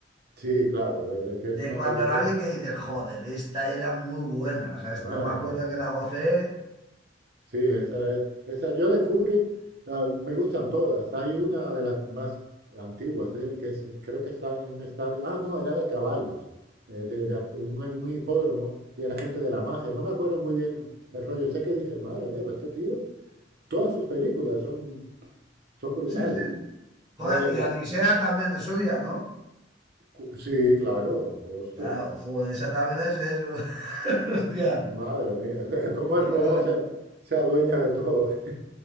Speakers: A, on the right; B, on the right.
A: Sí, claro, de, de que es
B: de
A: una
B: cuando
A: película.
B: la vi que dices, joder, esta era muy buena, o sea, esto
A: Madre
B: me acuerdo
A: mía.
B: que la gocé.
A: Sí, esa
B: <laughs> Mm,
A: es. Esa, yo de Kubrick, ah, me gustan todas. Hay una de las más antiguas de él, que es, creo que está en un estadio. Ah, no, era de caballos, eh, de, de
B: mm.
A: a- un, un hipódromo, y era gente de la mafia. No me acuerdo muy bien el rollo. Sé que dije, madre mía, pues este tío, todas sus películas son, son brutales.
B: Sí, sí. Joder,
A: La de
B: y
A: la.
B: Odisea también es suya, ¿no?
A: cu- Sí, claro, hostia,
B: Claro, joder, esa también es, es... <laughs> Hostia.
A: madre mía, <laughs> cómo
B: pero
A: el
B: te
A: robot
B: la ven.
A: se, se adueña de todo. <laughs>